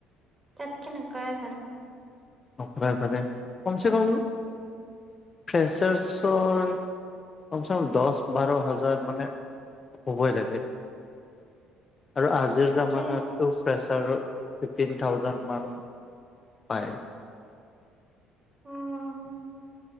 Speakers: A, on the right (about 25°); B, on the left (about 35°).
A: তাত কে নকৰাই ভাল।
B: অফ্লাইন পালে, কমছে কম ফ্ৰেচাৰছৰ, কমচে কম দহ -বাৰ হাজাৰ মানে হ'বই লাগে আৰু আজিৰ
A: তাকে
B: জামানাতটো ফ্ৰেচাৰেও ফিফটিন থাউজেণ্ড মান পায়
A: উম।